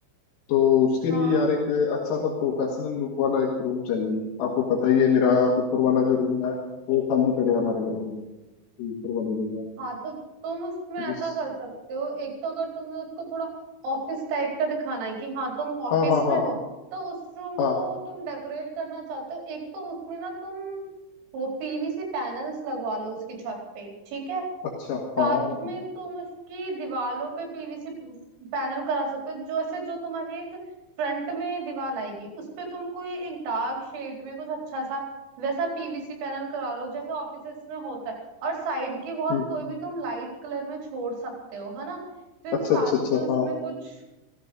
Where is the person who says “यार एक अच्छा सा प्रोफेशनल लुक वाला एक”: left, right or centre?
Left